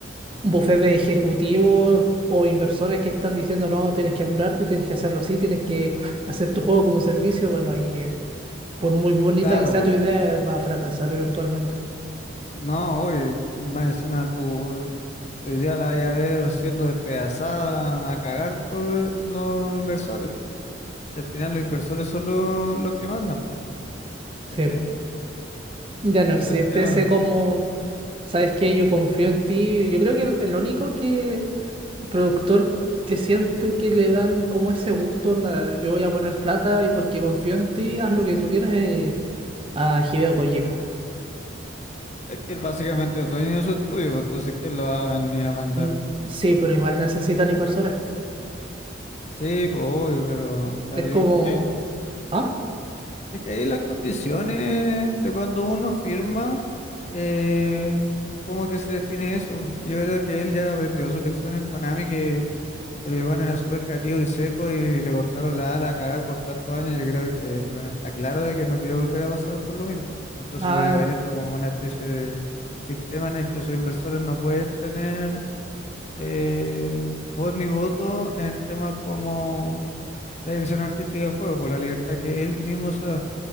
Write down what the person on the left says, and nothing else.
Claro,
po.
No, oye, más encima tu, tu idea la vaya a ver siendo despedazada a cagar por eh, los inversores. Al final los inversores son lo- los que mandan,
¿cachai?
Ese
es el tema.
Es que él básicamente es dueño de su estudio, pues, entonces ¿quién lo va a venir a mandar?
Sí, pues obvio, pero claro,
yo
creo que
es que ahí las condiciones de cuando uno firma, eh, ¿cómo que se define eso? Yo creo que él ya aprendió su lección en Konami que El weón era súper creativo y seco y le cortaron la ala a cagar por tantos años. Yo creo que el weón está claro de que no quiere volver a pasar por lo mismo. Entonces
debe haber hecho como una especie de sistema en el que sus inversores no pueden tener eh, voz ni voto en temas como la dirección artística del juego, por la libertad que él mismo se da.